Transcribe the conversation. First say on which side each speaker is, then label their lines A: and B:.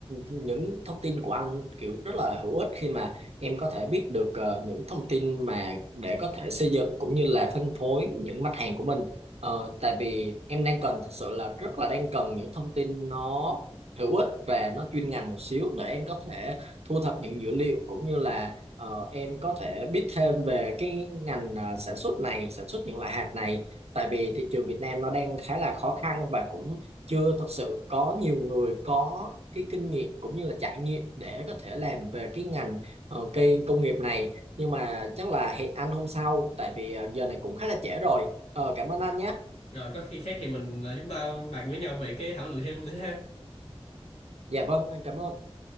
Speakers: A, on the right; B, on the left.
A: những thông tin của anh kiểu rất là hữu ích khi mà em có thể biết được ờ, những thông tin mà để có thể xây dựng cũng như là phân phối những mặt hàng của mình. Ờ, tại vì em đang cần thật sự là rất là đang cần những thông tin nó hữu ích và nó chuyên ngành một xíu để em có thể thu thập những dữ liệu cũng như là ờ, em có thể biết thêm về cái ngành ờ, sản xuất này, sản xuất những loại hạt này. Tại vì thị trường Việt Nam nó đang khá là khó khăn và cũng chưa thật sự có nhiều người có cái kinh nghiệm cũng như là trải nghiệm để có thể làm về cái ngành ờ, cây công nghiệp này nhưng mà chắc là hẹn anh hôm sau tại vì ờ, giờ này cũng khá là trễ rồi Ờ, cảm ơn anh nhé
B: rồi có khi khác thì mình à, chúng ta bàn với nhau về cái thảo luận thêm nữa ha
A: dạ vâng em cảm ơn